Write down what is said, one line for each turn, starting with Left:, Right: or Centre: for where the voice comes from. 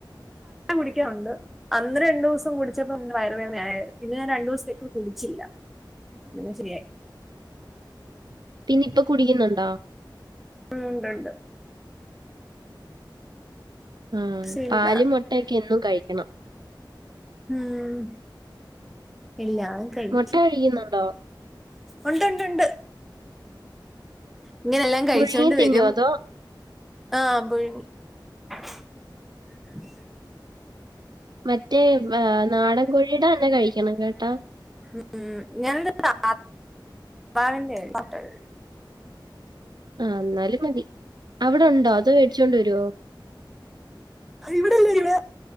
Centre: കുടിക്കാനുണ്ട് അന്ന് രണ്ടു ദിവസം കുടിച്ചപ്പോ വയറു വേദനയരുന്നു പിന്നെ ഞാൻ രണ്ടു ദിവസത്തേക്ക് കുടിച്ചില്ല അങ്ങനെ ശരിയായി
Right: <unintelligible> ഇപ്പൊ കുടിക്കുന്നുണ്ടോ
Centre: ഉം ഉണ്ട്ഉണ്ട്
Right: ആഹ
Centre: ശീല
Right: പാല് മുട്ടൊക്കെ എന്നും കഴിക്കണം
Centre: ഉം എല്ലാം കഴിക്കും
Right: മുട്ട കഴിക്കുന്നുണ്ടോ
Centre: ഉണ്ട്ഉണ്ട് ഉണ്ട് ഇങ്ങനെല്ലാം കഴിച്ചോണ്ട്
Right: പുഴുങ്ങി തിന്നോ
Centre: വരും
Right: അതോ
Centre: ആഹ് അപ്പോഴക്കും <unintelligible>
Right: മറ്റേ വ്വ നാടൻ കോഴീട തന്നെ കഴിക്കണം കേട്ടോ
Centre: ഉം ഞൻന്റെ താ അ താറവിന്റെ കഴിച്ചിട്ട് ഉളളത്
Right: ആ എന്നാലും മതി അവിടെണ്ടോ അതോ മേടിച്ചൊണ്ട് വരുവോ
Centre: ഇവിടെല്ലേ ഇവിടെ